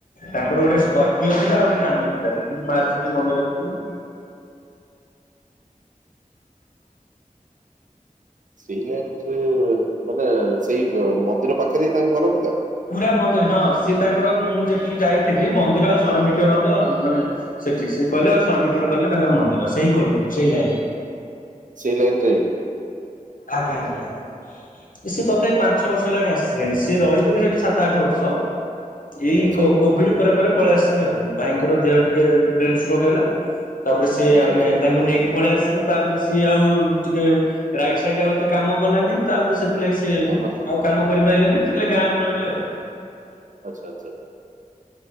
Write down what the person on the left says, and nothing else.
ତାଙ୍କର ଗୋଟିଏ ସ୍କର୍ପିଓ ଥିଲା ଆଉ ଗୋଟିଏ ନାନୋ ଥିଲା। ଯେତିକି <unintelligible> ସେତିକି ମନେ ରଖିଥିବ। <inaudible>
ପୁରା ମନ୍ଦିର ହଁ ସିଏ ତାଙ୍କର ମୁଁ ଯେତିକି ଯାଇଥିଲି ମନ୍ଦିର ଆଉ ଶହେ ମିଟର ହବ। ମାନେ ସେଠି ସେ କହିଲସ୍ ଶହେ ମିଟର ଗଲେ ତାଙ୍କର ମନ୍ଦିର। ସେଇ କଲୋନୀ। ସେଇ ଲାଇନ୍।
ଆଜ୍ଞା ଆଜ୍ଞା ସିଏ ତଥାପି ପାଞ୍ଚ ଛଅ ବର୍ଷ ହେଲାଣି ଆସିଲେଣି। ସିଏ ରହିଥିଲେ ସେଠି ସାତ ଆଠ ବର୍ଷ। କଁ? ଏଇ
କୋ କୋଭିଡ ପରେ ପରେ ପଳେଇ ଆସିଲେ ଆଉ ଭାଇଙ୍କର ଦେହ ଟିକେ ବ୍ରେନ ଷ୍ଟ୍ରୋକ ହେଲା। ତାପରେ ସିଏ
ଆମେ
ତାଙ୍କୁ ନେଇକି ପଳେଇ ଆସିଲୁ। ତାପରେ ସିଏ ଆଉ ଟିକେ ରାଇଟ୍ ସାଇଡ ଆଉ ଏତେ କାମ କଲାନି। ତାହେଲେ ତ ସେଥିଲାଗି ସିଏ
ଆଉ କାମ କରିପାଇଲେନି। ନାଇଁ ସେଥିଲାଗି ଗାଁରେ ରହିଲେ ଆଉ।